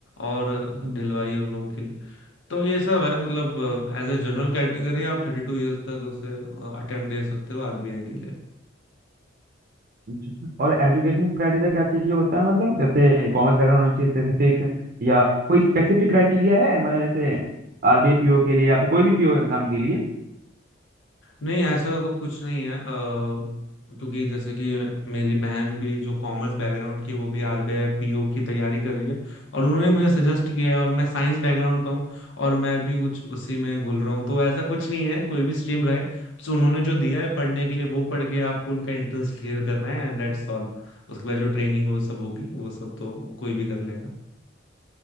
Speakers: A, on the left (about 80°); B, on the right (about 45°).
A: और
B: हम्म,
A: ढलवाई उन लोगों के लिए तो ये सब है मतलब एज ए जनरल कैटेगरी आप थर्टी टू ईयर्स तक उसे अटेम्प्ट दे सकते हो आरबीआई के लिए
B: अच्छा। और एजुकेशन क्राइटेरिया क्या चाहिए होता है मतलब जैसे कॉमर्स बैकग्राउंड होना चाहिए स्पेसिफिक या कोई स्पेसिफिक क्राइटेरिया है मतलब जैसे आरबीए पीओ के लिए या फिर कोई भी पीओ एग्जाम के
A: नहीं ऐसा तो कुछ नहीं है अ, क्योंकि जैसे कि मेरी बहन भी जो कॉमर्स बैकग्राउंड की है, वो भी आरबीआई पीओ की तैयारी कर रही है और उन्होंने मुझे सजेस्ट किया है और मैं साइंस बैकग्राउंड का हूँ और मैं भी कुछ उसी में घुल रहा हूँ तो ऐसा कुछ नहीं है कोई भी स्ट्रीम रहे सो उन्होंने जो दिया है पढ़ने के लिए वो पढ़ के आपको उनका एंट्रेंस क्लियर करना है एंड दैट्स ऑल उसके बाद जो ट्रेनिंग वो सब होगी वो सब तो कोई भी कर लेगा